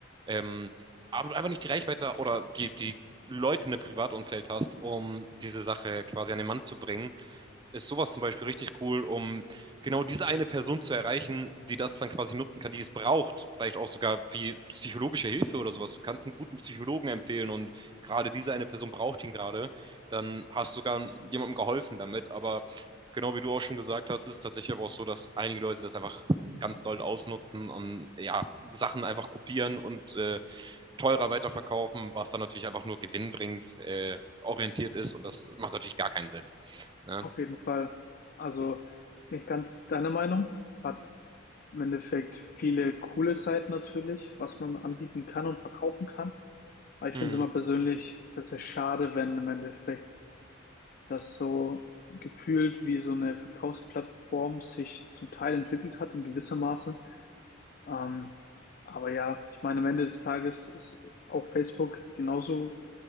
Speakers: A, on the right (about 25°); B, on the left (about 45°).
A: Ähm, aber du einfach nicht die Reichweite oder die, die Leute in dem Privatumfeld hast, um diese Sache quasi an den Mann zu bringen, ist sowas zum Beispiel richtig cool, um genau diese eine Person zu erreichen, die das dann quasi nutzen kann, die es braucht. Vielleicht auch sogar wie psychologische Hilfe oder sowas. Du kannst einen guten Psychologen empfehlen und gerade diese eine Person braucht ihn gerade. Dann hast du sogar jemandem geholfen damit. Aber genau wie du auch schon gesagt hast, ist es tatsächlich aber auch so, dass einige Leute das einfach ganz doll ausnutzen und ja, Sachen einfach kopieren und äh, teurer weiterverkaufen, was dann natürlich einfach nur gewinnbringend äh, orientiert ist und das macht natürlich gar keinen Sinn. Ne?
B: Auf jeden Fall. Also bin ich ganz deiner Meinung. Hat im Endeffekt viele coole Seiten natürlich, was man anbieten kann und verkaufen kann. Aber ich
A: Mhm.
B: finde es immer persönlich sehr, sehr schade, wenn im Endeffekt dass so gefühlt wie so eine Verkaufsplattform sich zum Teil entwickelt hat in gewisser Maße. Ähm, aber ja, ich meine, am Ende des Tages ist auch Facebook genauso